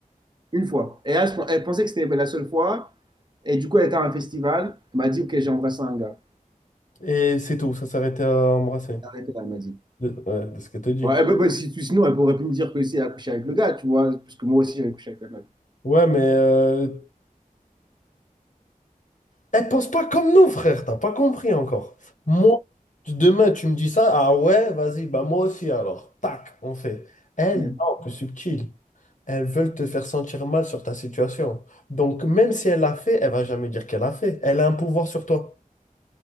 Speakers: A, on the right; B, on the left.
A: Une fois. Et elle, elle pensait que c'était la seule fois. Et du coup, elle était à un festival. Elle m'a dit, OK, j'ai embrassé un gars.
B: Et c'est tout, ça s'arrêtait à embrasser.
A: Arrêtez là, elle m'a dit.
B: De, ouais, de ce qu'elle te dit.
A: Ouais, elle peut- bah, si- sinon, elle pourrait plus me dire que si elle a couché avec le gars, tu vois, parce que moi aussi, j'avais couché avec la meuf.
B: Ouais, mais euh, Elle pense pas comme nous, frère, t'as pas compris encore. Moi, tu- demain, tu me dis ça, ah ouais, vas-y, bah moi aussi alors. Tac, on fait. Elles,
A: Ouais.
B: non, plus subtil. Elles veulent te faire sentir mal sur ta situation. Donc, même si elle l'a fait, elle va jamais dire qu'elle l'a fait. Elle a un pouvoir sur toi.